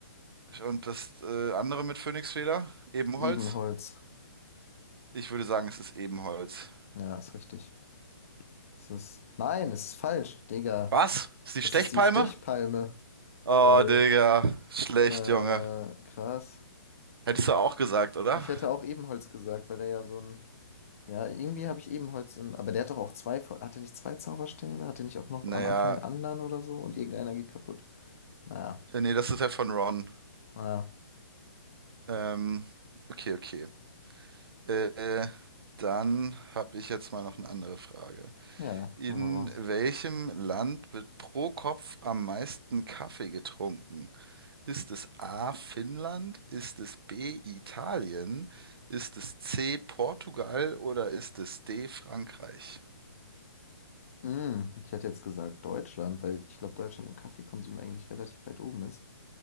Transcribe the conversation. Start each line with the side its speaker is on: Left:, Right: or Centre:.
Right: Und das äh, andere mit Phönixfeder? Ebenholz?
Left: Ebenholz.
Right: Ich würde sagen, es ist Ebenholz.
Left: Ja, ist richtig. Es ist. Nein, es ist falsch, Digga.
Right: Was? Ist die
Left: Es
Right: Stechpalme?
Left: ist die Stechpalme.
Right: Oh,
Left: Lol.
Right: Digga. Schlecht,
Left: Äh,
Right: Junge.
Left: krass.
Right: Hättest du auch gesagt, oder?
Left: Ich hätte auch Ebenholz gesagt, weil er ja so ein. Ja, irgendwie habe ich Ebenholz im. Aber der hat doch auch zwei. Hat er nicht zwei Zauberstäbe? Hat er nicht auch noch
Right: Naja,
Left: am Anfang einen anderen oder so? Und irgendeiner geht kaputt? Naja.
Right: äh, nee, das ist ja von Ron.
Left: Ah,
Right: Ähm, okay, okay. Äh, äh, dann habe ich jetzt mal noch eine andere Frage.
Left: ja,
Right: In
Left: hol mal raus.
Right: welchem Land wird pro Kopf am meisten Kaffee getrunken? Ist es A. Finnland? Ist es B. Italien? Ist es C. Portugal oder ist es D. Frankreich?
Left: Hm, ich hätte jetzt gesagt Deutschland, weil ich glaube, Deutschland im Kaffeekonsum eigentlich relativ weit oben ist.